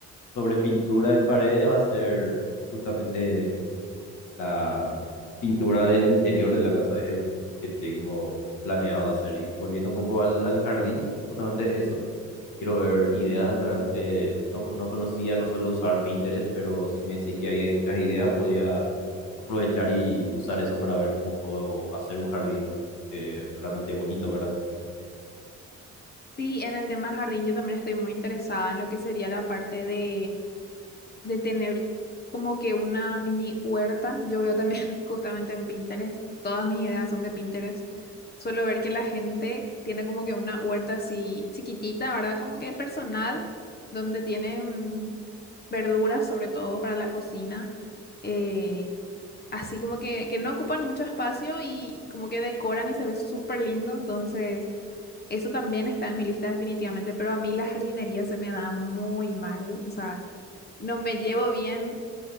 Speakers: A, on the left; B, on the left.
A: sobre pintura en paredes va a ser justamente la pintura del interior de la casa. Es el que tengo planeado hacer. Y volviendo un poco al, al jardín, justamente eso. Quiero ver ideas realmente. No, no conocía, no suelo usar Pinterest, pero si me decís que ahí hay muchas ideas, podía aprovechar y usar eso para ver cómo puedo hacer un jardín eh, realmente bonito, ¿verdad?
B: Sí, en el tema jardín yo también estoy muy interesada en lo que sería la parte de de tener como que una mini huerta. Yo veo también <laughs> justamente en Pinterest, todas mis ideas son de Pinterest. Suelo ver que la gente tiene como que una huerta así chiquitita, ¿verdad? Como que personal, donde tienen verduras, sobre todo para la cocina. eh, así como que, que no ocupan mucho espacio y como que decoran y se ve súper lindo. Entonces... Eso también está en mi lista definitivamente, pero a mí la jardinería se me da muy mal. O sea, no me llevo bien,